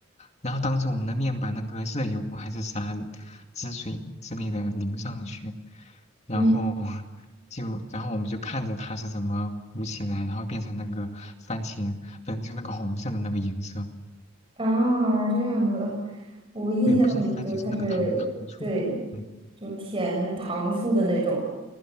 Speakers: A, on the left; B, on the right.
A: 然后当着我们的面把那个热油还是啥汁水之类的淋上去，然后
B: 嗯
A: 就然后我们就看着它是怎么鼓起来，然后变成那个番茄，反正就那个红色的那个颜色，
B: 啊，这样子，我印象里就它是对，
A: 对，不是番茄是那个糖糖醋，嗯
B: 就甜糖醋的那种，